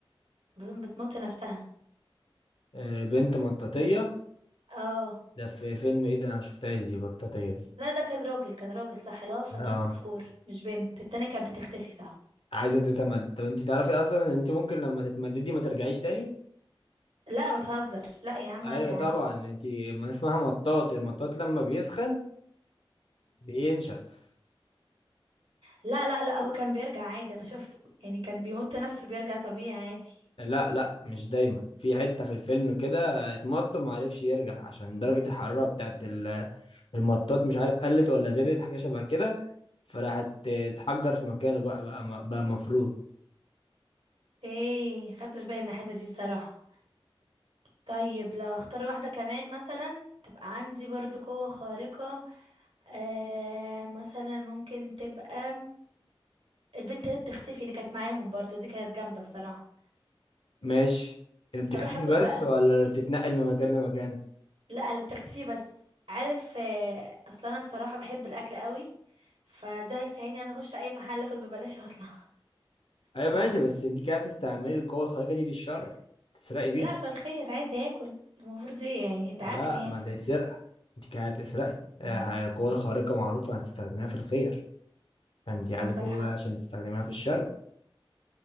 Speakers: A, on the right (about 90°); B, on the left (about 70°).
A: بت- بتمط نفسها
B: آه، بنت مطاطية
A: اه
B: ده في فيلم ايه ده انا ما شفتهاش دي بطاطية دي
A: لا ده كان راجل كان راجل صح اللي هو فانتاستيك
B: اه
A: فور مش بنت التانية كانت بتختفي صح
B: عايزة تتمد طب انت تعرفي اصلا ان انت ممكن لما تتمددي ما ترجعيش تاني
A: لا بتهزر لا يا عم
B: ايوه
A: ارجع
B: طبعا
A: عادي
B: انت ما اسمها مطاط المطاط لما بيسخن بينشف
A: لا لا لا هو كان بيرجع عادي انا شفته يعني كان بيمط نفسه بيرجع طبيعي عادي
B: لا لا مش دايما في حتة في الفيلم كده اتمط وما عرفش يرجع عشان درجة الحرارة بتاعت ال- المطاط مش عارف قلت ولا زادت حاجة شبه كده فراحت اتحجر في مكانه بقى بقى م- بقى مفروض
A: ايه خدتش بالي من الحته دي الصراحه طيب لو هختار واحده كمان مثلا تبقى عندي برضو قوه خارقه آه مثلا ممكن تبقى البنت اللي بتختفي اللي كانت معاهم برضو دي كانت جامده بصراحه
B: ماشي اللي بتختفي
A: اروح اكل
B: بس
A: بقى
B: ولا اللي بتتنقل من مكان لمكان
A: لا اللي بتختفي بس عارف آه اصلا انا بصراحه بحب الاكل قوي فده هيساعدني ان انا اخش اي محل اكل ببلاش واطلع
B: ايوه
A: <laughs>
B: ماشي بس انت كده هتستعملي القوة الخارقة دي في الشر تسرقي بيها
A: لا فالخير عايز ياكل المفروض دي يعني ده
B: لا
A: اكل يعني
B: ما ده سرقة انت كده هتسرقي آه،
A: مم.
B: القوة
A: صح
B: الخارقة معروفة هتستخدميها في الخير فانت
A: انت
B: عايزة
A: عندك
B: قوة
A: حق
B: عشان تستخدميها في الشر